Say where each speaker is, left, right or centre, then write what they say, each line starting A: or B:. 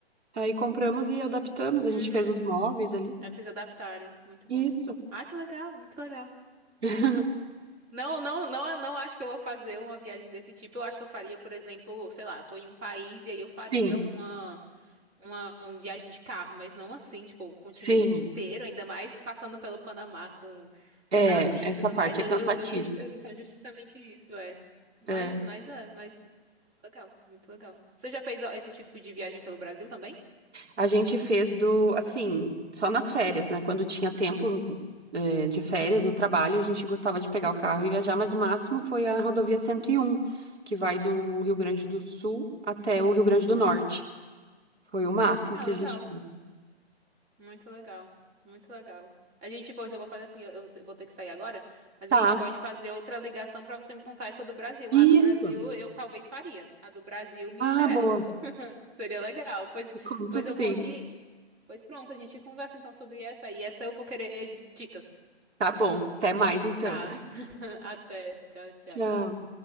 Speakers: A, on the right; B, on the right.
A: Aí compramos e adaptamos, a
B: Uhum.
A: gente fez os móveis ali.
B: Aí vocês adaptaram. Muito
A: Isso.
B: bom. Ah, que legal, muito legal.
A: <laughs>
B: Não, não, não, não acho que eu vou fazer uma viagem desse tipo. Eu acho que eu faria, por exemplo, sei lá, eu tô em um país e aí eu faria
A: Sim,
B: uma, uma viagem de carro, mas não assim, tipo, o continente
A: sim.
B: inteiro, ainda mais passando pelo Panamá com,
A: É,
B: com navio
A: essa
B: e tudo
A: parte
B: mais. Eu,
A: é cansativa.
B: eu, eu ia te perguntar justamente isso, é. Mas,
A: É.
B: mas, é, mas legal, muito legal. Você já fez ó, esse tipo de viagem pelo Brasil também?
A: A gente fez do, assim, só nas férias, né? Quando tinha tempo, eh, de férias no trabalho, a gente gostava de pegar o carro e viajar, mas o máximo foi a rodovia 101 que vai do Rio Grande do Sul até o Rio Grande do Norte. Foi o máximo
B: Ah,
A: que
B: legal.
A: a gente fez.
B: Muito legal. Muito legal. A gente, depois eu vou fazer assim, eu, eu te- vou ter que sair agora, mas
A: Tá.
B: a gente pode fazer outra ligação pra você me contar essa do Brasil.
A: Isso.
B: A do Brasil eu talvez faria. A do Brasil me
A: Ah,
B: interessa,
A: boa.
B: viu? <laughs> Seria legal. Pois,
A: Me Conto
B: pois
A: sim.
B: eu vou aqui. Pois pronto, a gente conversa então sobre essa e essa eu vou querer dicas.
A: Tá bom. Até mais então.
B: Tá. <laughs> Até. Tchau, tchau.
A: Tchau.